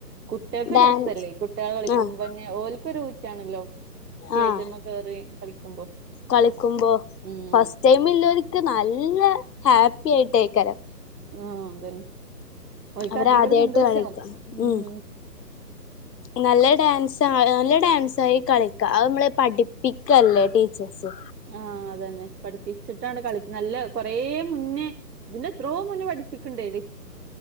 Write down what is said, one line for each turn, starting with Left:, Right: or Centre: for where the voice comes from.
Right: കുട്ടിയാൾക്ക്
Left: ഡാൻസ്
Right: രസല്ലേ കുട്ടിയാള് കളിക്കുമ്പോന്നെ
Left: ആഹ്
Right: ഓൽക്ക് ഒരു ഊറ്റാണല്ലോ സ്റ്റേജ്
Left: ആഹ്
Right: മ്മേ കേറി കളിക്കുമ്പോ
Left: കളിക്കുമ്പോ
Right: ആഹ്
Left: ഫസ്റ്റ് ടൈമ് ള്ളോര്ക്ക് നല്ല ഹാപ്പി ആയിട്ടായിക്കാരം
Right: ആഹ് അതെന്നെ ഒൽക്ക്
Left: അവരാദ്യായിട്ട്
Right: അധികോരു സന്തോഷ
Left: കളിക്കാ
Right: മ്മ്
Left: ഉം നല്ല ഡാൻസ് ആഹ് നല്ല ഡാൻസ് ആയി കളിക്ക അത് നമ്മള് പഠിപ്പിക്കല്ലേ ടീച്ചേഴ്സ്
Right: ആ അതന്നെ പഠിപ്പിച്ചിട്ടാണ് കളിക്ക്ണെ നല്ല കൊറേ മുന്നേ ഇതിന്റെ എത്രോ മുന്ന പഠിപ്പിക്ക്ണ്ടേ